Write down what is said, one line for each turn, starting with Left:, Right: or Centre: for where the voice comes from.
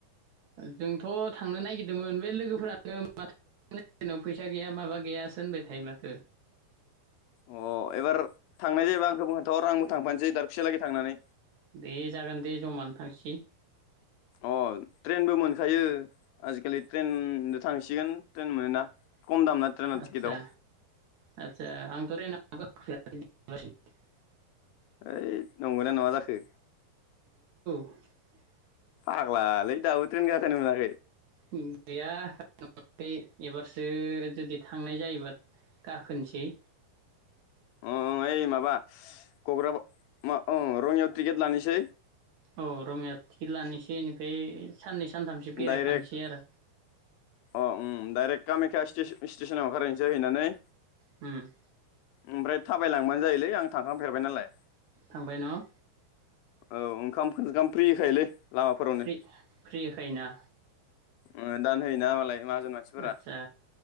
Right: जोंथ' थांनो नागिरदोंमोन बे लोगोफोरानो माथो फैसा गैया माबा गैयासो होनबाय थायो माथो।
Left: अ एबार थांनाय जायोबा आंखौबो खोनथाहर आंबो थांफानोसै दारखुसियालागै थांनानै।
Right: दे जागोन दे जमानो थांसै।
Left: अ ट्रेनबो मोन खायो आजिखालि ट्रेन थांसिगोन ट्रेन मोनोना। खम दाम ना ट्रेना
Right: आच्छा
Left: टिकेटआव
Right: आच्छा आंथ' ट्रेनाव गाखो <unintelligible> <inaudible>
Left: ओइ नंगौना नङा जाखो?
Right: <inaudible>
Left: फाग्ला लै दाबो ट्रेन गाखोनो मोनाखै
Right: गैया <unintelligible> एबारसो जुदि थांनाय जायोबा गाखोनिसै।
Left: अ ओइ माबा घग्रा मा रङियायाव टिकेट लानिसै।
Right: औ रङिया। टिकेट लानिसै इनिफाय साननै सानथामसो बेरायखानोसै
Left: डाइरेक्ट
Right: आरो
Left: अ उम डाइरेक्ट कामाख्या स्टि-स्टेसनाव ओंखारहैनोसै। जाहैनानै
Right: होम
Left: ओमफ्राय थाबायलांबानो जायोलै आं थांखांफेरबाय नालाय।
Right: थांबाय न'?
Left: औ ओंखाम ओंखाम फ्रि होखायोलै। लामाफोरावनो
Right: फ्रि-फ्रि होखायोना?
Left: ओ दान होयोना मालाय। माहाजोन मानसिफोरा
Right: आच्छा